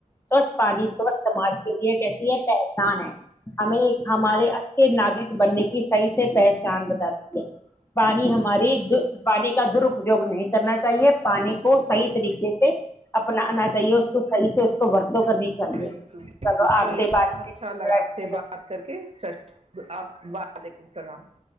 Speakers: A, on the left (about 20°); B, on the right (about 50°).
A: سوچھ پانی سوچھ سماج کے لیے کہتی ہے پہچان ہے ہمیں ہمارے سے ناگرک بننے کی صحیح سے پہچان بتاتی ہے پانی ہماری در پانی کا درپیوگ نہیں کرنا چاہیے پانی کو صحیح طریقے سے اپنانا چاہیے اس کو صحیح سے کو ورتوں کرنی چاہیے
B: بالکل بالکل
A: چلو <unintelligible> آٹتے بعد
B: اچھا
A: بڑا
B: لگا آپ
A: اچھا
B: سے
A: لگا
B: بات کر کے <unintelligible> وعلیکم السلام